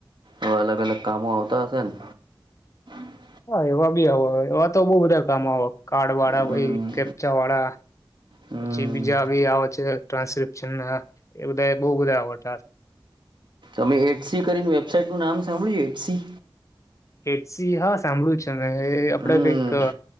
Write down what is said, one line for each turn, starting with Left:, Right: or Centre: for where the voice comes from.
Right: એવા અલગ અલગ કામો આવતા હશે ને? <inaudible>
Left: હા એવા બી આવ.. તો બહુ બધા કામ આવે કાર્ડ વાળા
Right: હમ
Left: ભાઈ કેપચા વાળા
Right: હમ
Left: પછી બીજા ભી આવે છે ટ્રાન્સક્રિપ્શનના એ બધા બહુ બધા આવે
Right: અમે એટસી કરીને વેબસાાઈટ નું નામ સાંભળ્યું છે? એટસી?
Left: એટસી.. હા્.. સાંભળ્યું છે. એ
Right: હમ
Left: આપણે કંઈક...